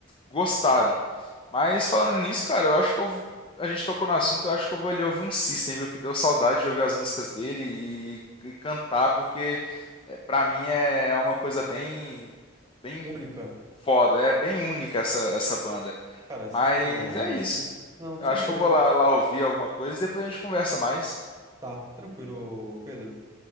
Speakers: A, on the left (about 25°); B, on the right (about 15°).
A: gostaram. Mas falando nisso, cara, eu acho que eu- a gente tocou no assunto, eu acho que eu vou ali ouvir um System, viu? Que deu saudade de ouvir as músicas dele e, e cantar, porque é, para mim é é uma coisa bem, bem
B: Única.
A: foda, é bem única essa, essa banda.
B: Cara,
A: Mas
B: System é único.
A: é isso.
B: Não,
A: Eu
B: sem
A: acho
B: problema.
A: que eu vou lá, lá ouvir alguma coisa e depois a gente conversa mais.
B: Tá, tranquilo, Pedro.